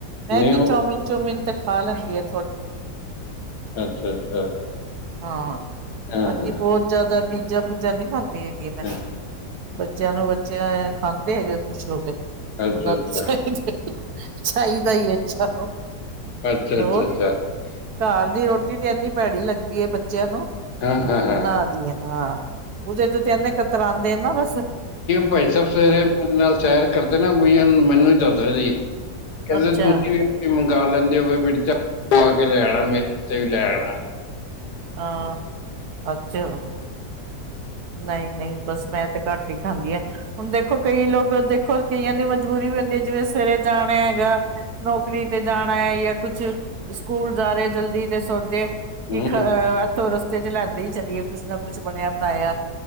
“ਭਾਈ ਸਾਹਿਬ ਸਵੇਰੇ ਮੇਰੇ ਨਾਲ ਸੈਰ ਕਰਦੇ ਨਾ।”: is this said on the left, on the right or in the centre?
Left